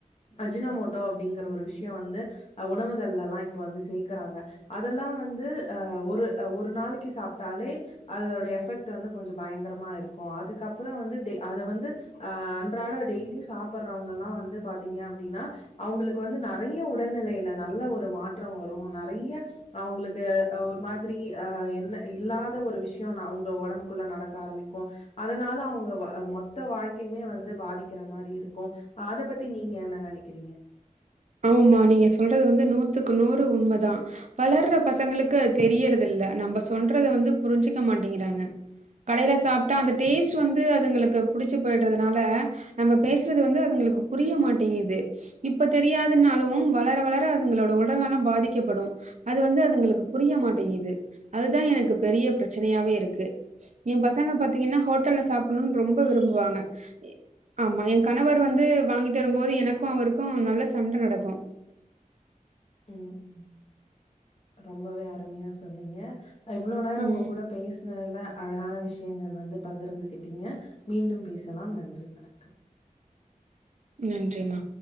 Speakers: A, on the left; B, on the right.
A: அஜினமோட்டோ அப்டிங்கற ஒரு விஷயம் வந்து உணவுகள்ல எல்லாம் இப்ப வந்து சேக் கிறாங்க அதெல்லாம் வந்து அ ஒரு ஒரு நாளைக்கு சாப்டாலே அதோட எபெக்ட் வந்து கொஞ்சம் பயங்கரமா இருக்கும் அதுக்கப்புறம் வந்து அத வந்து அ அன்றாட டெய்லியும் சாப்டுறவுங்க எல்லாம் வந்து பாத்தீங்க அப்டின்னா அவுங்களுக்கு வந்து நிறைய உடல்நிலையில நல்ல ஒரு மாற்றம் வரும் நெறைய அவுங்களுக்கு ஒரு மாதிரி அ என்ன இல்லாத ஒரு விஷயம் ந அவுங்க உடம்புக்குள்ள நடக்க ஆரம்பிக்கும் அதனால அவுங்க மொத்த வாழ்க்கையுமே வந்து பாதிக்கிற மாரி இருக்கும் அத பத்தி நீங்க என்ன நினைக்கிறீங்க
B: ஆமா நீங்க சொல்றது வந்து நூத்துக்கு நூறு உண்மதான் வளர்ற பசங்களுக்கு அது தெரியறது இல்ல நம்ம சொல்றத வந்து புரிஞ்சிக்க மாட்டேங்கிறாங்க கடையில சாப்ட்டா அந்த டேஸ்ட் வந்து அதுங்களுக்கு புடிச்சு போயிடுறதுனால நம்ம பேசுறது வந்து அதுங்களுக்கு புரிய மாட்டேங்குது இப்ப தெரியாதுனாலும் வளர வளர அதுங்களோட உடல்நலம் பாதிக்கப்படும் அது வந்து அதுங்களுக்கு புரிய மாட்டேங்குது அதுதான் எனக்கு பெரிய பிரச்சனையாவே இருக்கு என் பசங்க பாத்தீங்கன்னா ஹோட்டல்ல சாப்பிடணும்ன்னு ரொம்ப விரும்புவாங்க ஆமா என் கணவர் வந்து வாங்கிட்டு வரும்போது எனக்கும் அவருக்கும் நல்ல சண்ட நடக்கும்
A: ம் ம் ரொம்பவே அருமையா சொன்னீங்க இவ்ளோ நேரம்
B: ம்.
A: உங்க கூட பேசுனதுல அழகான விஷயங்கள் வந்து பகிர்ந்துகிட்டிங்க மீண்டும் பேசலாம் நன்றி வணக்கம்
B: நன்றிமா